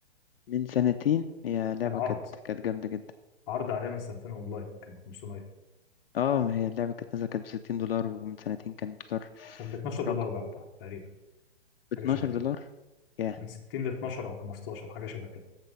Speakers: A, on the left (about 60°); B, on the left (about 20°).
A: من سنتين هي لعبة
B: كان عرض
A: كانت كانت جامدة جدا
B: عرض عليها من سنتين اونلاين كان ب 500
A: اه ما هي اللعبة كانت نازلة كانت ب 60 دولار ومن سنتين كان الدولار
B: كان ب 12 دولار
A: رقم
B: بقى وقتها تقريبا
A: ب 12
B: حاجة شبه كده
A: دولار ياه
B: من 60 ل 12 او 15 حاجة شبه كده